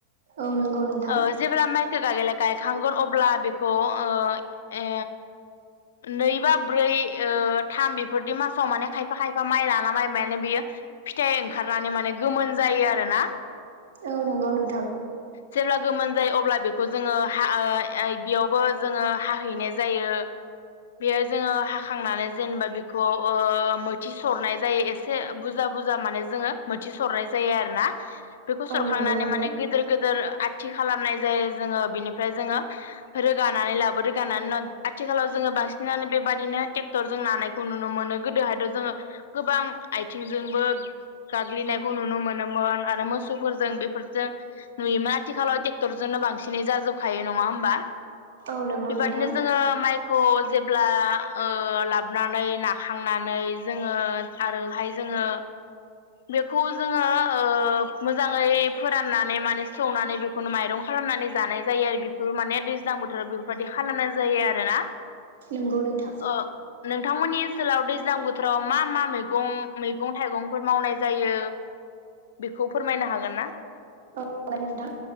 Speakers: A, on the right (about 55°); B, on the left (about 60°).
A: औ नंगौ नोंथां
B: ओ <unintelligible> गायखांगोन अब्ला बेखौ ओ ओ नै बा ब्रै ओ थाम बि फोरदि मासाव माने खायफा खायफा माइ लाना माइ माने बियो फिथाइ ओंखारनानै माने गोमोन जायो आरोना
A: औ नोंगौ नोंथां।
B: जेब्ला गोमोन जायो अब्ला बेखौ जोङो हा ओ ओइ बेयावबो जोङो हाहैनाय जायो बेयो जोङो हाखांनानै जेनेबा बेखौ ओ मैथि सरनाय जायो एसे बुजा बुजा माने जोङो मोथि सरनाय जायो आरो ना बेखौ
A: औ
B: सरखांनानै
A: नंगौ नोंथां
B: माने गोदिर गोदोर आथि खालामनाय जायो जोङो बिनिफ्राय जोङो रोगानानै लाब रोगानायनि उनाव आथिखालाव जोङो बांसिनानो बेबायदिनो ट्रेक्टरजों नानायखौ नुनो मोनो गोदोहायथ ' जोङो गोबां आथिंजोंबो गाग्लिनायखौ नुनो मोनो मोन आरो मोसौफोरजों <unintelligible> जों नुयोमोन आथिखालाव टेक्ट क्टरजोनो बांसिनै जाजोबखायो नङा होमबा
A: औ नंगौ
B: बेबायदिनो
A: नोंथां
B: जोङो माइ खौ जेब्ला ओ लाबोनानै नाखांनानै जोङो आरोहाय जोङो बेखौ जोङो ओ मोजाङै फोराननानै मान सौवनानै बेख खुनु माइरं खालामनानै जानाय जायो आरो बेखौ माने दैज ज्लां बोथोराव बेफोरबायदि खालामनाय जायो आरोना
A: नंगौ नोंथां
B: ओ नोंथांमोननि ओनसोलाव दैज्लां बोथोराव मा मा मैगं मैगं थाइगंफोर मावनाय जायो। बेखौ फोरमायनो हागोन ना?
A: औ नोंथां